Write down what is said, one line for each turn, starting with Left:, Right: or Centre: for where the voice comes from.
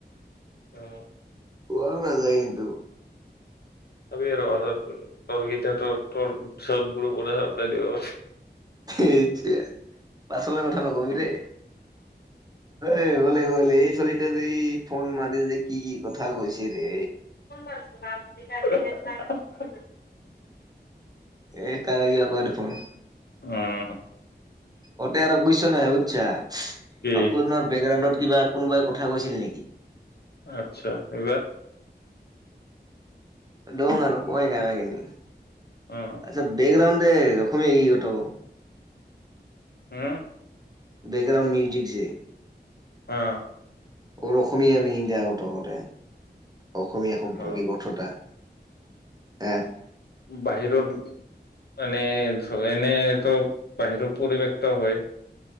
Left: অ
Right: পোৱাও না যায় কিন্তু
Left: পাবি আৰু পাছত তোৰ গীতাটো তোৰ পি চত গুৰু পদশতাই দিব
Right: সেইতিয়া পাচলে কথা নকবি দেই এ হ'লে গলে এই চলিতে যে ফোন মাৰিল যে কি কি কথা কৈছে ৰে
Left: নাম কেইটা ডিলেট নাই কৰিবি
Right: এ কাৰাগি আকৌ এটো ফোন
Left: আহ
Right: অটে আৰু বুইছ নাই বুছা
Left: কি
Right: আপোনাৰ বেকগ্ৰাউণ্ডত কিবা কোনোবাই কথা কৈছিল নেকি
Left: আটচ্ছা এইবাৰ
Right: দং আৰু ক কাকিন আচ্ছা
Left: অ
Right: বেকগ্ৰাউণ্ড দে ৰখমেই ই গট
Left: হম
Right: বেকগ্ৰাউণ্ড মিউজিক ছে
Left: অ
Right: ৰ অসমীয়া মিনিং দেৰ আৰ কত কতে অসমীয়া এখন ৰোগী
Left: অ
Right: কঠা আহ
Left: বাহিৰৰ এনে এনে তো বাহিৰৰ পৰিৱেশ টাও হয়